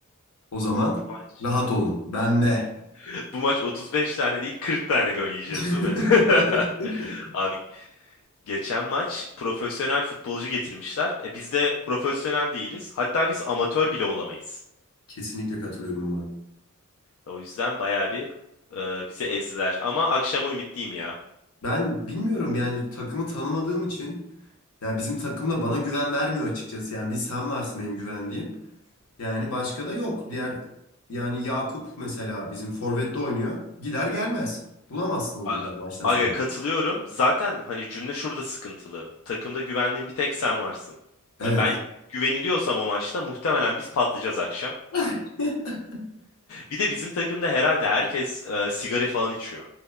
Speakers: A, on the left; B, on the left.
A: o zaman
B: Bu maç.
A: rahat olun. Ben de.
B: <laughs> Bu maç 35 tane değil 40 tane gol yiyeceğiz
A: <laughs>
B: değil mi? <laughs> Abi geçen maç profesyonel futbolcu getirmişler. E, biz de profesyonel değiliz. Hatta biz amatör bile olamayız.
A: Kesinlikle katılıyorum buna.
B: O yüzden bayağı bir e, bizi ezdiler. Ama akşama ümitliyim ya.
A: Ben bilmiyorum yani takımı tanımadığım için ya bizim takım da bana güven vermiyor açıkçası. Yani bir sen varsın benim güvendiğim. Yani başka da yok. Diğer yani Yakup mesela bizim forvette oynuyor. Gider gelmez. Bulamazsın onu
B: A-
A: bir daha maçtan
B: Aga
A: sonra.
B: katılıyorum. Zaten hani cümle şurada sıkıntılı. Takımda güvendiğin bir tek sen varsın.
A: Evet.
B: Ha, Ben güveniliyorsam o maçta muhtemelen biz patlayacağız akşam.
A: <laughs>
B: Bir de bizim takımda herhalde herkes e, sigara falan içiyor.